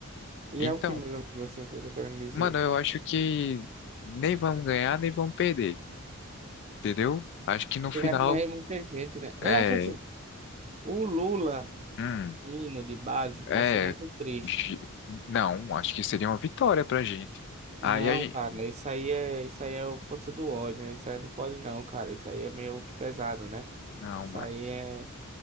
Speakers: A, on the right; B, on the left.
A: E
B: Então,
A: é o que, mais ou menos, assim, que eu tô querendo dizer.
B: mano, eu acho que nem vamos ganhar, nem vamos perder, entendeu? Acho que no
A: Porque
B: final,
A: vai morrer muita gente, né? Eu
B: é,
A: acho assim, o Lula
B: hum,
A: indo de base
B: é,
A: vai ser muito triste.
B: gi- não, acho que seria uma vitória pra gente.
A: Não,
B: Aí a gente,
A: cara, isso aí é, isso aí é o força do ódio, né? isso aí não pode não, cara, isso aí é meio que pesado, né?
B: não,
A: Isso aí é